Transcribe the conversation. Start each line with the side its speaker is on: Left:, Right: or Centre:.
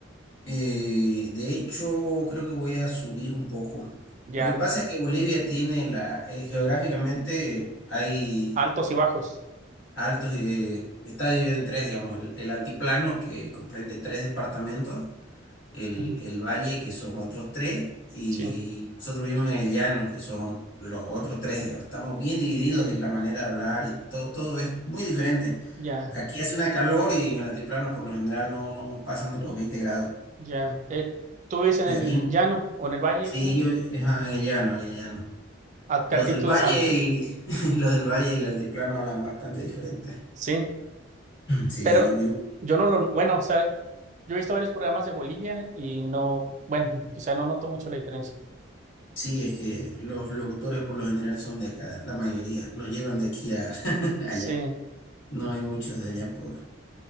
Left: Eh, de hecho, creo que voy a subir un poco.
Right: ya,
Left: Lo que pasa es que Bolivia tiene la, eh, geográficamente hay
Right: altos y bajos.
Left: altos, eh, está dividido en tres, digamos, el, el altiplano que comprende tres departamentos el,
Right: Ujú,
Left: el valle, que son otros tres, y
Right: Sí,
Left: nosotros vivimos en el llano, que son los otros tres, digamos. Estamos bien divididos y la manera de hablar y todo, todo es muy diferente.
Right: ya,
Left: Aquí hace una calor y en el altiplano por lo general no, no pasan de los 20 grados.
Right: ya. Eh, ¿tú vives en
Left: Y
Right: el
Left: aquí,
Right: llano o en el valle?
Left: sí,
Right: ¿Cómo?
Left: yo, ajá, en el llano, en el llano.
Right: ¿A
Left: Los
Right: qué altitud
Left: del valle
Right: están?
Left: y <laughs> los del valle y el altiplano hablan bastante diferente.
Right: Sí,
Left: Sí,
Right: pero
Left: yo vivo-
Right: yo no lo, bueno, o sea, yo he visto varios programas de Bolivia y no, bueno, quizá no noto mucho la diferencia.
Left: Sí, es que los locutores por lo general son de acá, la mayoría los llevan de aquí a <laughs>
Right: Sí,
Left: allá. No hay muchos de allá por...